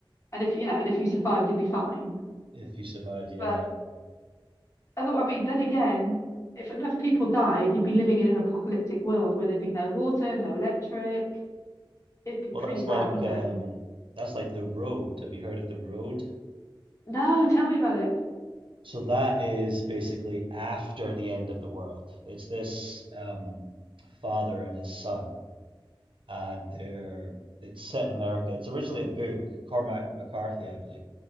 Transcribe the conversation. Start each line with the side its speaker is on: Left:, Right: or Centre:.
Left: and if you know, and if you survived, you'd be fine.
Right: if you survive, yeah.
Left: But other, I mean, then again, if enough people died, you'd be living in an apocalyptic world where there'd be no water, no electric. It'd be pretty
Right: Well, that's
Left: bad,
Right: like
Left: wouldn't
Right: um
Left: it?
Right: that's like The Road. Have you heard of The Road?
Left: No, tell me about it.
Right: So that is basically after the end of the world. It's this um father and his son and they're it's set in America. It's originally a book, Cormac McCarthy, I believe,